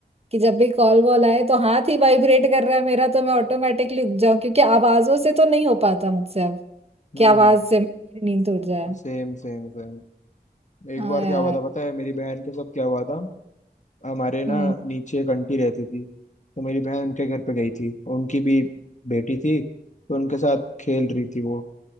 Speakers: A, on the right; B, on the left.
A: कि जब भी कॉल वॉल आए तो हाथ ही वाइब्रेट कर रहा है मेरा तो मैं ऑटोमेटिकली उठ जाऊं क्योंकि आवाजों से तो नहीं हो पाता मुझसे अब
B: हम्म
A: कि आवाज से मेरी नींद उड़ जाए
B: सेम सेम सेम एक
A: हाँ
B: बार
A: यार
B: क्या हुआ था पता है मेरी बहन के साथ क्या हुआ था हमारे ना
A: हम्म
B: नीचे एक आंटी रहती थी तो मेरी बहन उनके घर पे गई थी उनकी भी बेटी थी तो उनके साथ खेल रही थी वो